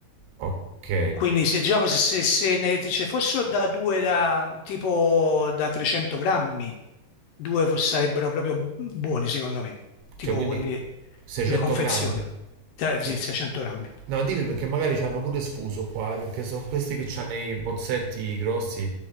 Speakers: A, on the right (about 85°); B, on the left (about 75°).
A: ok.
B: Quindi se, diciamo, se, se- se ne ce fossero da due da tipo da 300 grammi Due fo- sarebbero proprio buoni, secondo me. Tipo,
A: Cioè, quindi
B: quindi
A: 600
B: due confezioni.
A: grammi?
B: Eh, Sì,
A: Tu-
B: 600 grammi.
A: No, dimmi perché magari ci hanno pure sfuso qua, eh, perché sono questi che hanno i bozzetti grossi,